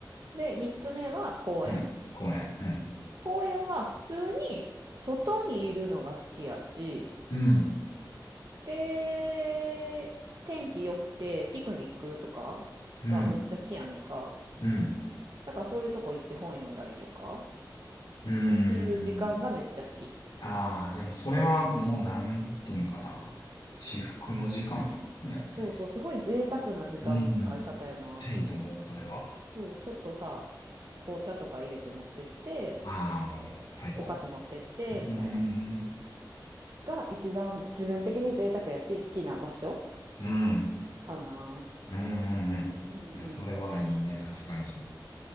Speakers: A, on the right (about 60°); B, on the left (about 75°).
A: で、三つ目は公園。
B: うん公園。うん。
A: 公園は普通に外にいるのが好きやし、
B: うん。
A: で、天気良くてピクニックとかがめっちゃ好きやねんか。
B: うん。うん。
A: だからそういうとこ行って本読んだりとかっ
B: うん。
A: ていう時間がめっちゃ好き。
B: ああ、でもそれはもうなんていうんかな。至福の時間やんね。
A: そうそう、すごい贅沢な時間の使い方やなって思う。
B: うん。いいと思う、それは。
A: そう、ちょっとさ、紅茶とか入れて持ってって、
B: ああ、もう最高。
A: お菓子持ってってみたいな。
B: うん。
A: が一番自分的に贅沢やし好きな場所
B: うん。
A: かな。
B: うん。うん。うん。
A: うん。
B: いや、
A: うん
B: それはいいね、確かに。